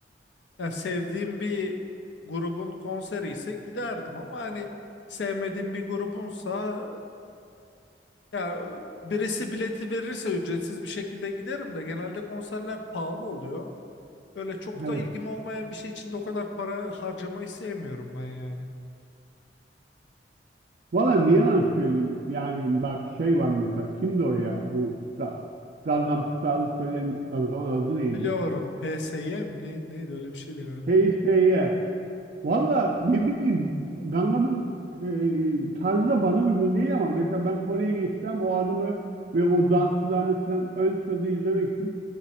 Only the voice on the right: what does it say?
Evet.
Valla ne yalan söyleyeyim. Yani bak şey var mesela. Kimdi o ya? Bu Ga- Gangnam Style'ı söyleyen adamın adı neydi?
HSY. Valla ne bileyim Gangnam'ın e, tarzı da bana uygun değil ama mesela ben Kore'ye gitsem o adamı ve o dansçılarını falan ön sırada izlemek için